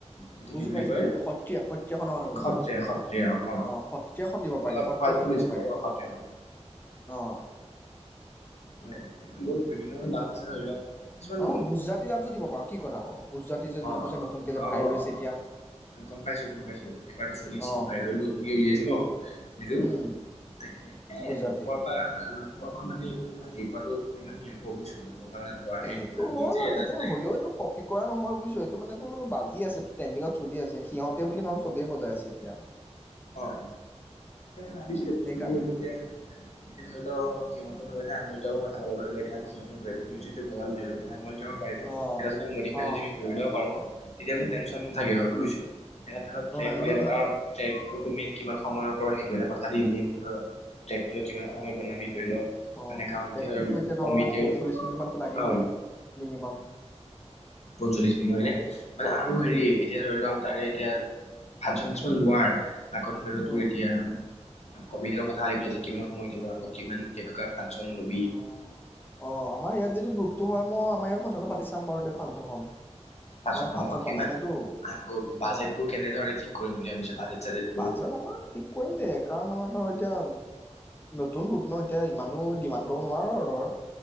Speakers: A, on the left; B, on the left.
A: এইটো
B: বুজি
A: কি বুলি
B: পাইছোঁ,
A: কয়
B: বুজি পাইছোঁ। সত্ৰীয়া, সত্ৰীয়াখনৰ কথা কৈছ
A: সত্ৰীয়া
B: তই।
A: সত্ৰীয়া অ
B: অঁ, সত্ৰীয়াখন দিব
A: মই
B: পাৰি,
A: অলপ
B: সত্ৰীয়াখন
A: কোৱাত ভুল
B: দিব
A: হৈছে
B: পাৰি।
A: বাৰু সত্ৰীয়াখন
B: অঁ।
A: মানে, বহুত বিভিন্ন ধৰণৰ ডান্স আছে। ধৰি লোৱা। কিছুমান।
B: অ গুজৰাটী ডান্সো দিব পাৰো কি কথা ক গুজৰাটী যে যোনটো
A: অঁ,
B: যে নতুনকে যে
A: অঁ,
B: ভাইৰেল
A: অঁ,
B: হৈছে
A: অঁ,
B: এতিয়া
A: গম পাইছোঁ, গম পাইছোঁ। এইবাৰতো চলিছেই
B: অ
A: প্ৰায়, হ'লেও নতুনকে উলিয়াইছা ন এইটো?
B: উম
A: তাকে। এ,
B: গুজৰাটী
A: লোকৰ পা, লোক। পোৱা পা মানে এইটো হেৰি কৰাতো ইমান সেই নাপাবি, বুজিছ? পৰা লোৱা হেৰি
B: এইটো হ'ল,
A: নিজে
B: আৰু
A: তাত
B: এতিয়া হ'লেও এইটো কপি কৰা নহয়, বুইছ। এইটো মানে। অঁ, বাজি আছে। ট্ৰেণ্ডিঙত চলি আছে। সিহঁতে বুলি নহয়, চবেই বজাই আছে এতিয়া।
A: অঁ। অঁ, ভাবিছিলে বস্তুটোও
B: সেইকাৰণে
A: এতিয়া, এতিয়া ধৰি ল। অঁ, সিহঁতৰ এতিয়া আঙুলিকেইটাইহে কথা ক'ব, ধৰি ল। এতিয়া আমি সিহঁতৰ মিউজিকটো বজালোঁ, ধৰি ল। এতিয়া আঙুলি। পাৰিব,
B: অ
A: এটা যদি মডিফাই
B: অ
A: যদি আমি কৰি লও পাৰো তেতিয়া মানে টেনচন নাথাকে কথাটো বুজিছ? এনে ধৰ ট্ৰেক
B: সেইটো
A: উলিয়ালো
B: হয়
A: আৰু ট্ৰেক, মেইন কিমান সময় কৰ সেইটো এটা কথা দি, মেইন ধ টেট কিমান সময় বনাবি ধৰি লওক
B: অ
A: মানে কাৰণ
B: ট্ৰেটোতো এতিয়া ধৰ
A: কমিটিও
B: পঞ্চল্লিছ মিনিট মানতো লাগিবই
A: অ
B: মিনিমাম।
A: পঞ্চল্লিছ মিনিট
B: উম
A: হয়নে, মানে আৰু হেৰি
B: উম
A: এতিয়া ধৰি ল তাৰে এতিয়া ফাংচন কিছুমান লোৱাৰ আকৌ ধৰি ল তোৰ
B: উম
A: এতিয়া কমিটি লগত কথা পেলাই যে কিমান সময় দিব আকৌ কিমান কেনেকুৱা ফাংচন লবি।
B: অ অ আমাৰ ইয়াত যদি গ্ৰুপটো হয় মই আমাৰ ইয়াত কথাটো পাতি চাম বাৰু দে ফুনকচনখন।
A: পাঁচশখন
B: আমাৰ ফাংচন
A: অ কিমান
B: পতাই নাইটো
A: আকৌ বাজেটবোৰ
B: অঁ,
A: কেনেধৰণে ঠিক কৰিম বুলি ভাবিছ বাজেট চাজেটবোৰ
B: বাজেট আমাৰ ঠিক কৰিম দে কাৰণ আমাৰটো এতিয়াও নতুন গ্ৰুপ ন এতিয়া ইমানো ডিমাণ্ড ক'ব নোৱাৰোঁ ৰৰ্ডৰ